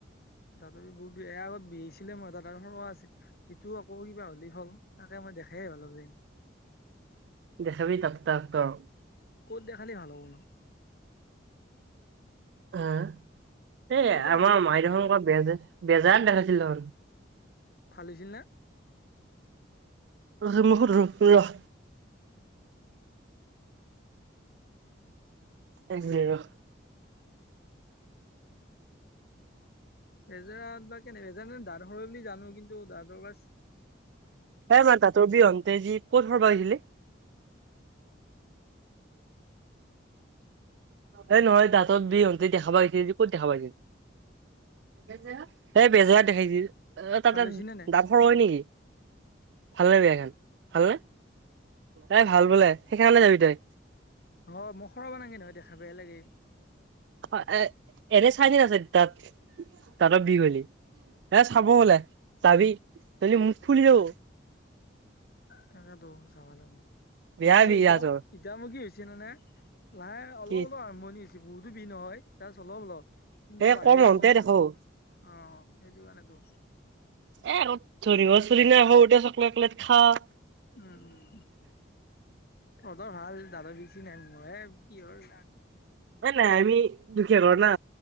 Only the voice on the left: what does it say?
দাঁতৰ বিষ বহুত বেয়া এয়া আগত বিষাইছিলে মোৰ এটা দাত সৰু আছিল- ইটো আকৌ কিবা হ'লেই হল, তাকে মই দেখাই নাই ভালকৈ।
ক'ত দেখালে ভাল হ'ব নো?
কোনফালে
দেখালি
ফালিছিলনে?
হেজৰাত বা কেনে হেজৰা দাঁত হৰে বুলি জানোঁ, কিন্তু দাতঁৰ বাচ-
ভাল হৈছে নে নাই
অঁ মুখৰ কাৰণে হিঁ নহয় দেখা বেয়া লাগে।
তাকেতো, চাব লাগব,
মানে
ইটাও
ইটাও মুখি হৈছে নে নে। লাহে অলপ
অলপ আৰম্ভণি হৈছে বহুতো বীষ নহয়, জাষ্ট অলপ অলপ। কিন্তু
বাঢ়ি
যাব না,
অঁ সেইটো কাৰণেতো।
উম' উম'। তহঁতৰ ভাল দাতৰ বিষ চিষ নাই, মোৰহে কিহৰ দা-